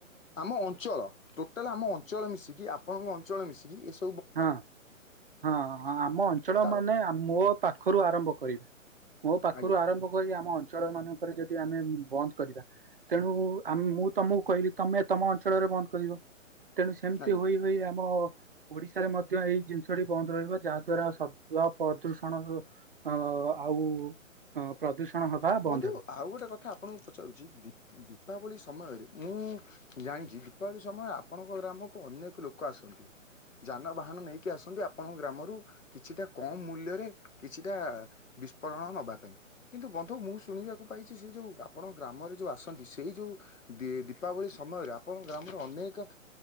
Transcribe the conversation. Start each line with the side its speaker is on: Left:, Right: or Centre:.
Left: ଆମ ଅଞ୍ଚଳ ଟୋଟାଲ ଆମ ଅଞ୍ଚଳ ମିଶିକି ଆପଣଙ୍କ ଅଞ୍ଚଳ ମିଶିକି ଏସ
Right: ହଁ ହଁ ଆମ
Left: ଓ
Right: ଅଞ୍ଚଳ
Left: ତା
Right: ମାନେ ମୋ ପା ଖରୁ ଆରମ୍ଭ କରିବେ ମୋ ପାଖରୁ
Left: ଆଜ୍ଞା
Right: ଆରମ୍ଭ କରି ଆମ ଅଞ୍ଚଳ ମାନଙ୍କରେ ଯଦ ଦି ଆମେ ବନ୍ଦ କରିବା। ତେଣୁ ମୁଁଆମ ମୁଁ ତମକୁ କହିଲି ତମେ ତମ ଅଞ୍ଚଳରେ ବନ୍ଦ କରିଵ। ତେଣୁ ସେମିତି
Left: ଆଜ୍ଞା।
Right: ହୋଇ ହୋଇ ଆମ ଓଡିଶାରେ ମଧ୍ୟ ଏଇ ଜିନିଷଟି ବନ୍ଦ ରହିବ ଯାହାଦ୍ଵାରା ସଦୁଆ ପ୍ରଦୂଷଣ ଅ ଆଉ ପ୍ରଦୂଷଣ
Left: ହଁ।
Right: ହବା ବନ୍ଦ
Left: ବନ୍ଧୁ
Right: ହେବ।
Left: ଆଉ ଗୋଟେ କଥା ଆପଣଙ୍କୁ ପଚାରୁଚି, ଦିପ ଦୀପାବଳି ସମ୍ ସମୟରେ, ମୁଁ ଜାଣିଚି ଦୀପାବଳି ସମୟରେ ଆପଣଙ୍କ ଗ୍ରାମକୁ ଅନେକ ଲୋକ ଆସନ୍ତି। ଯାନବାହାନ ନେଇକି ଆସନ୍ତି, ଆପଣଙ୍କ ଗ୍ରାମରୁ କିଛିଟା କମ ମୂଲ୍ୟରେ କିଛିଟା ବିସ୍ଫୋ ରଣ ନବା ପାଇଁ। କିନ୍ତୁ ବନ୍ଧୁ ମୁଁ ଶୁଣିବାକୁ ପାଇଛି, ସେ ଯୋଉ ଆପଣଙ୍କ ଗ୍ରାମରେ ଯୋଉ ଆସନ୍ତି, ସେଇ ଯେଉ ଦୀ-ଦୀପାବଳି ସମୟ ଆପଣଙ୍କ ଗ୍ରାମରେ ଅନେକ